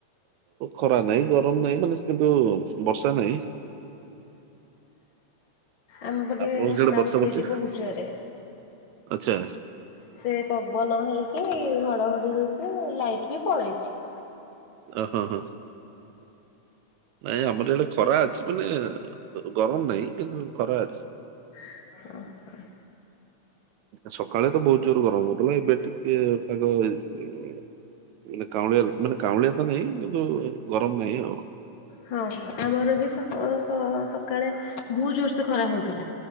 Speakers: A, on the right (about 80°); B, on the left (about 50°).
A: ଖରା ନାହିଁ ଗରମ ନାଇଁ ମାନେ କିନ୍ତୁ ବର୍ଷା ନାହିଁ।
B: ଆମପଟେ
A: ଆପଣଙ୍କ
B: ବର୍ଷା
A: ସିଆଡେ
B: ଉଠେଇଚି
A: ବର୍ଷି
B: ବହୁତ ଜୋରେ।
A: ଆଚ୍ଛା।
B: ସେ ପବନ ହେଇକି ଘଡ଼ଘଡ଼ି ହୋଇକି ଲାଇଟ୍ ବି ପଳେଇଚି।
A: ଆ ହଁ ହଁ। ନାଇଁ ଆମର ଏଡେ ଖରା ଅଛି ମାନେ ଗରମ ନାହିଁ କିନ୍ତୁ ଖରା ଅଛି।
B: ଓ ହ।
A: ସକାଳେ ତ ବହୁତ ଜୋର ଗରମ ହଉଥିଲା ଏବେ ଟିକେ ପାଗ ଉ ମ ମାନେ କାଉଁଳିଆ ମାନେ କାଉଁଳିଆ ତ ନାହିଁ କିନ୍ତୁ ଗରମ ନାହିଁ ଆଉ।
B: ହଁ ଆମର ବି ସ ସ ସକାଳେ ଭହୁତ ଜୋରସେ ଖରା ହଉଥିଲା।